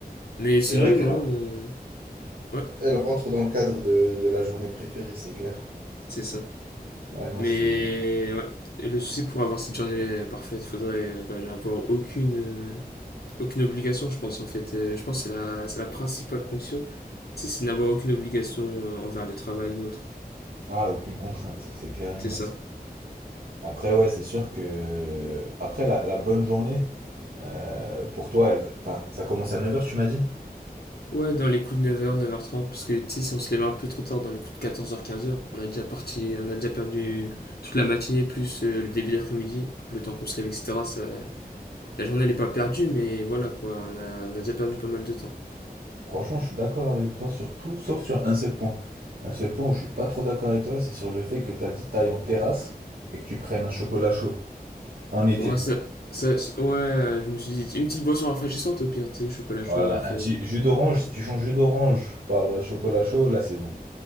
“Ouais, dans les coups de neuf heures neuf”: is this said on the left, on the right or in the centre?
Left